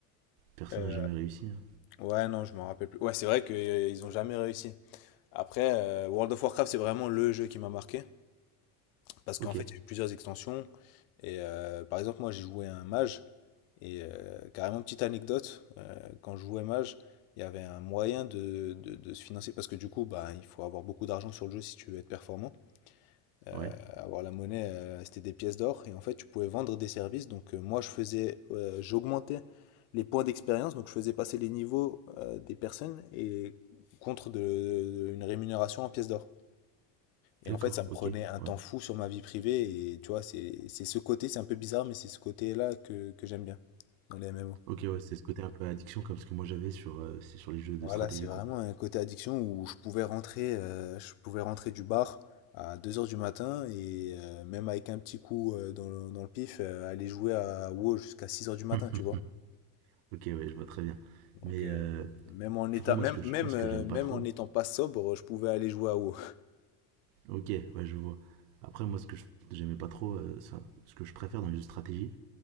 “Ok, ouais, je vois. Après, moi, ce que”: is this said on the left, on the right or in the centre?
Right